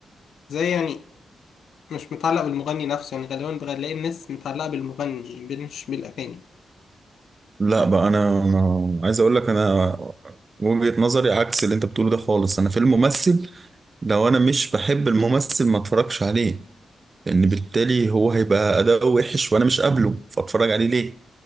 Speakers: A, on the left (about 85°); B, on the right (about 30°).
A: يعني مش متعلق بالمغني نفسه يعني غالبا بلاقي الناس متعلقه بالمغني مش بالاغاني
B: لا بقى انا أنا عايز اقول لك انا وجهة نظري عكس اللي انت بتقوله ده خالص انا في الممثل لو انا مش بحب الممثل ما اتفرجش عليه لان بالتالي هو هيبقى اداؤه وحش وانا مش قابله فاتفرج عليه ليه